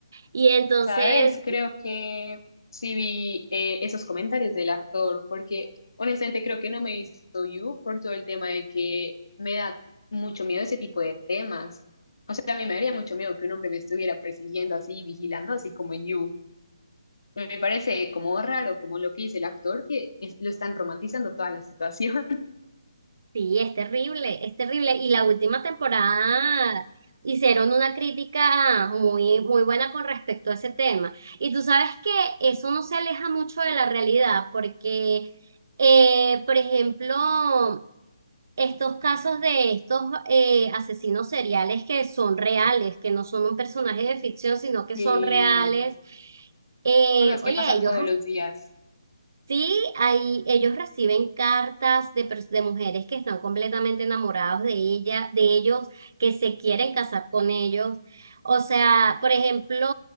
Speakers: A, on the right; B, on the left.
A: Y entonces
B: ¿Sabes? Creo que sí vi eh, esos comentarios del actor, porque honestamente creo que no me he visto You por todo el tema de que me da mucho miedo ese tipo de temas. O sea, a mí me daría mucho miedo que un hombre me estuviera persiguiendo así, vigilando, así como en You. Me parece como raro, como lo que dice el actor, que es- lo están romantizando toda la situación. <laughs>
A: Sí, es terrible, es terrible. Y la última temporada hicieron una crítica muy, muy buena con respecto a ese tema. Y tú sabes que eso no se aleja mucho de la realidad, porque, eh, por ejemplo, estos casos de estos eh, asesinos seriales que son reales, que no son un personaje de ficción, sino que
B: Eh,
A: son reales. Eh,
B: cosas que
A: oye,
B: pasan
A: ellos
B: todos los días.
A: Sí, ahí ellos reciben cartas de, pers- de mujeres que están completamente enamoradas de ella, de ellos, que se quieren casar con ellos. O sea, por ejemplo,